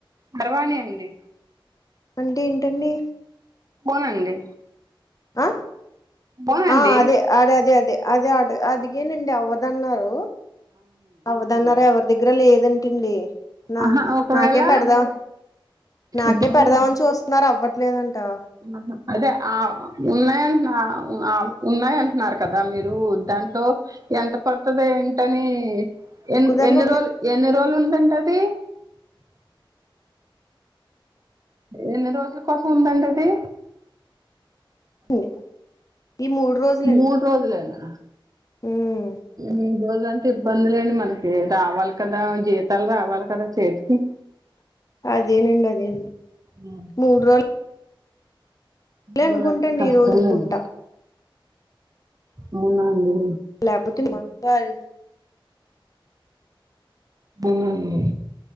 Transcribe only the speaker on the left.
అంటే ఏంటండి?
ఆ
ఆ అదే అడే అదే అదే. అదే అ అడిగానండి అవ్వదన్నారు. అవ్వదన్నారా, ఎవరి దగ్గర లేదంట అండి. నా
నాకే పెడదాం నాకే
పెడదామని చూస్ తున్నారు అవ్వట్లేదంటా.
తక్కువ
ధరలు
ఉన్నాయండి ఈ మూడు రోజులండి
ఉమ్
అదేనండి అది.
మూడు రోలు
అనుకుంటాండి
ఈ రోజు అనుకుంటా
లేకపోతే మ క్ గారే